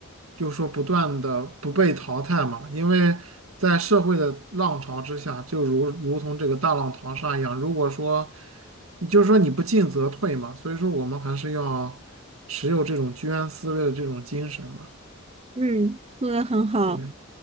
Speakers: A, on the right (about 80°); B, on the right (about 30°).
A: 就说不断的不被淘汰嘛。因为在社会的浪潮之下，就如如同这个大浪淘沙一样，如果说，就是说你不进则退嘛，所以说我们还是要持有这种居安思危的这种精神嘛。
B: 嗯，做的很好。
A: 对，